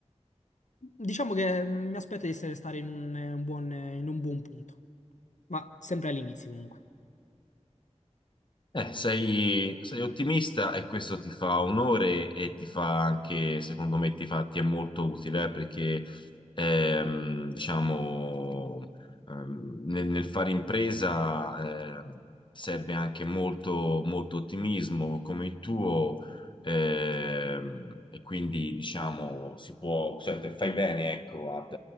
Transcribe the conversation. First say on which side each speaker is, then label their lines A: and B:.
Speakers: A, on the left; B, on the left.
A: Diciamo che mm, mi aspetto di essere stare in un, eh, un buon, eh, in un buon punto, ma sempre all'inizio comunque.
B: Eh, sei, sei ottimista e questo ti fa onore e ti fa anche, secondo me, ti fa, ti è molto utile, eh, perché ehm, diciamo, ehm, nel, nel fare impresa eh, serve anche molto, molto ottimismo come il tuo, ehm, e quindi diciamo si può, cioè, fai bene, ecco, ad,